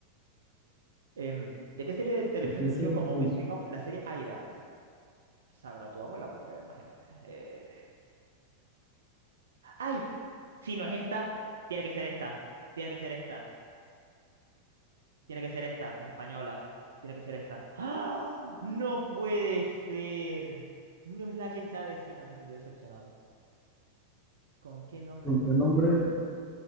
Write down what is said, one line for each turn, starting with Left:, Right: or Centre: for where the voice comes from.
Right: Em, ¿de qué serie de televisión
Centre: Es que ese
Right: surgió
Centre: es
Right: como
Centre: el precio.
Right: un spin-off la serie Aida? Sabrá tu abuela, porque imagínate. eh, Ay, si no es esta, tiene que ser esta. Tiene que ser esta. Tiene que ser esta, la española. Tiene que ser esta. ¡Ah! No puede ser. No es la que se avecina, me siento decepcionado. ¿Con qué nombre
Centre: ¿Con
Right: es conocido
Centre: qué nombre
Right: el grupo?